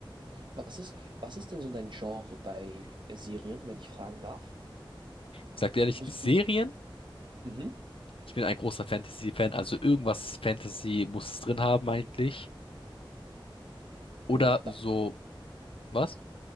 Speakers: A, on the right; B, on the left.
A: Was ist, was ist denn so dein Genre bei Serien, wenn ich fragen darf?
B: Ich sag dir
A: Also
B: ehrlich,
A: bist
B: Serien,
A: du. Mhm.
B: ich bin ein großer Fantasy-Fan, also irgendwas Fantasy muss es drin haben eigentlich. Oder
A: What
B: so,
A: the
B: was?